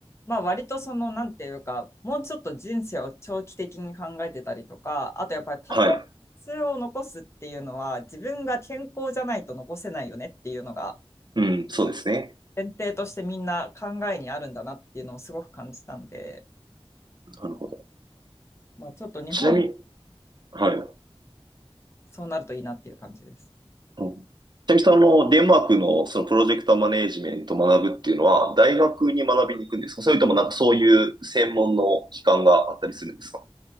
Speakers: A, on the left (about 25°); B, on the right (about 45°).
A: まあ割とその、なんていうか、もうちょっと人生を長期的に考えてたりとか、あとやっぱりパフォーマンスを残すっていうのは、
B: はい。
A: 自分が健康じゃないと残せないよねっていうのが、
B: うん、そうですね。
A: 前提としてみんな考えにあるんだなっていうのをすごく感じたんで、
B: なるほど。
A: まあちょっと日本も
B: ちなみに、はい。
A: そうなるといいなっていう感じです。
B: うんちなみにそのデンマークのそのプロジェクトマネージメントを学ぶっていうのは大学に学びに行くんですかそれともなんかそういう専門の機関があったりするんですか